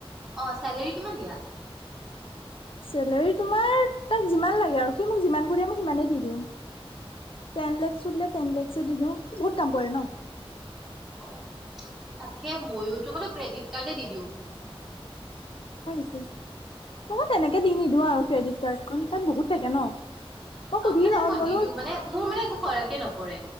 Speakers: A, in the centre; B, on the left.
A: অ চেলেৰী কিমান দিয়া?
B: চেলেৰি তোমাৰ তাক যিমান লাগে আৰু, সি মোক যিমান খোজে মোক সিমানেই দি দিওঁ। টেন লেক্স বুলিলে টেন লেক্স দি দিওঁ, বহুত কাম কৰে ন।
A: অ' তাকে মইোতো মানে ক্ৰেডিট কাৰ্ডে দিদিওঁ।
B: নহয় তেনেকে দি নিদওঁ আও ক্ৰেডিট কাৰ্ডখন তাত বহুত থাকে ন। মই সুধি
A: অ' নাই মই
B: লম বোলো
A: দি দিওঁ মানে মোৰ মানে একো ফৰকে নপৰে।